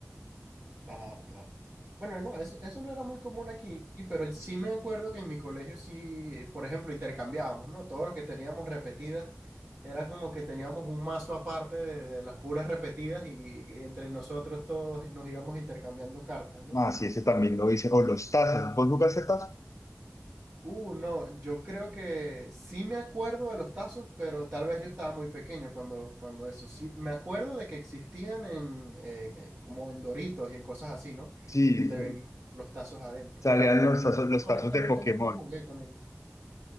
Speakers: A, on the right; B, on the left.
A: Claro, claro. Bueno, no, eso, eso no era muy común aquí, pero sí me acuerdo que en mi colegio sí, eh, por ejemplo, intercambiábamos, ¿no? Todos los que teníamos repetidas, era como que teníamos un mazo aparte de, de las puras repetidas y, y entre nosotros todos nos íbamos intercambiando cartas, ¿no?
B: Ah, sí, ese también lo hice. O los tazos. ¿Vos jugaste tazos?
A: Uh, no, yo creo que sí me acuerdo de los tazos, pero tal vez yo estaba muy pequeño cuando, cuando eso. Sí, me acuerdo de que existían en, eh, como en Doritos y en cosas así, ¿no?
B: Sí,
A: Que te venían los tazos adentro.
B: salían los tazos, los
A: Honestamente
B: tazos de Pokémon.
A: nunca jugué con ellos.